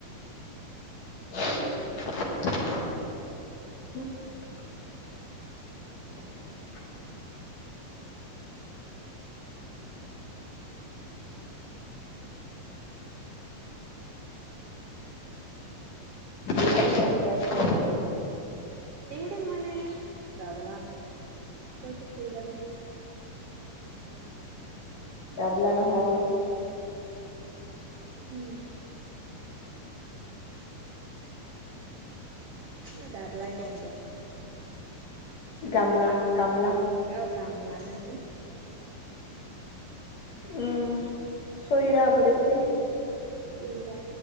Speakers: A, on the left; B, on the right.
A: <unintelligible> <unintelligible> কি টেং টেং কৈ আছে?
B: তেং তেং মানে তাবলা, পেকটিছ কয়ি এটোৱা নাই তুই?
A: তাবলা নহয়।
B: উম মই গাবলাই কঙ দে।
A: গামলা গামলা।
B: অ গামলা না কি?
A: উম্, চইৰা বুলি কয়।
B: চইৰা।